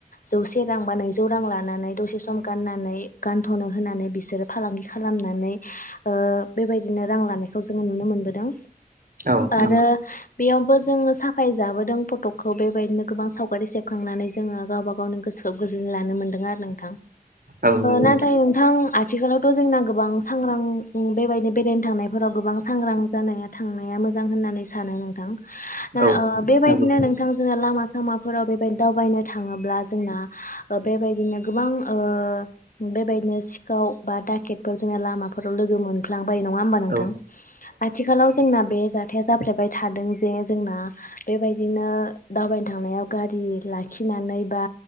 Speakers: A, on the left; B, on the right.
A: जौसे रां बा नैजौ रां लानानै दसे सम गाननानै गानथ'नो होनानै बिसोरो फालांगि खालामनानै ओ बेबायदिनो रां लानायखौ जोङो नुनो मोनबोदों।
B: औ
A: आरो
B: नंगौ
A: बेयावबो जोङो साफाय जाबोदों फटकखौ बेबायदिनो गोबां सावगारि सेबखांनानै जों जोङो गावबा गावनि गोसोखौ गोजोननाय लानो मोनदों आरो नोंथां
B: औ नंगौ
A: नाथाय नोंथां आ थिखालावथ' जोंना गोबां सांग्रां बेबायदि बेरायनो थांनायफोराव गोबां सांग्रां जानाया थांनाया मो‌ जां होननानै सानो नोंथां
B: औ
A: ओ बेबायदिनो
B: नंगौ
A: नोंथां जोंहा लामा सा माफोराव बेबायदि दावबायनो थाङोब्ला जोंना ओ बेबायदिनो गोबां ओ बे दिनो सिखाव बा डाकेटफोर जों लामा फोराव लोगो मोनफ्लांबाय नङा हनबा नोंथां?
B: औ
A: आथिखालाव जोंना बे जाथाया जाफ्लेबाय थादों जे जोंना बेबायदिनो दावबायनो थांनायाव गारि लाखिनो नानै बा